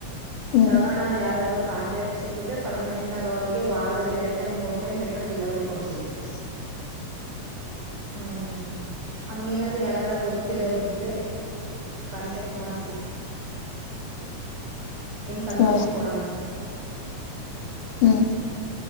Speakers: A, on the left (about 85°); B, on the right (about 85°).
A: ಹ್ಮ್
B: ತಗಣಾರ ಯಾರಾದ್ರೂ ಕಾಂಟ್ಯಾಕ್ಟ್ ಸಿಕ್ಕಿದ್ರೆ ಪರ್ಮನೆಂಟ್ ಆಗ ಅವರಿಗೆ ವಾರದಲ್ಲಿ ಎರಡು ಟೈಮ್ ಮೂರು ಟೈಮ್ ಬೇಕು ಡಿಲವರಿ ಕೊಡ್ತೀವಿ ಹ್ಮ್ ಹಂಗೇನಾರೂ ಯಾರಾರ ಗೊತ್ತಿರರಿದ್ರೆ ಕಾಂಟ್ಯಾಕ್ಟ್ ಮಾಡ್ಿಸಿ ಕಮಿಷನ್
A: ಹೌ
B: ಕೊಡೋಣ
A: ಹ್ಮ್